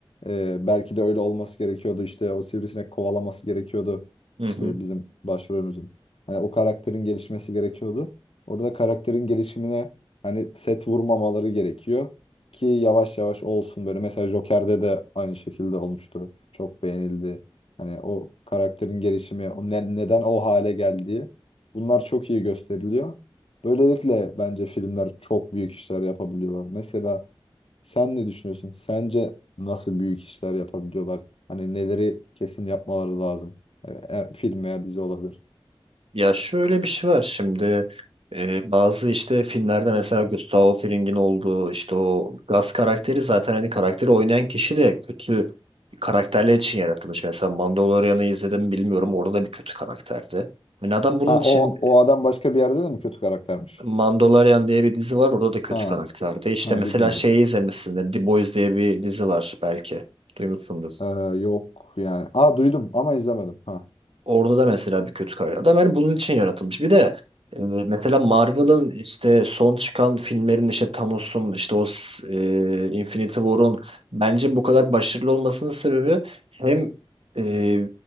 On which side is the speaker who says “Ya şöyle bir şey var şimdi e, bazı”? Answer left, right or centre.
Right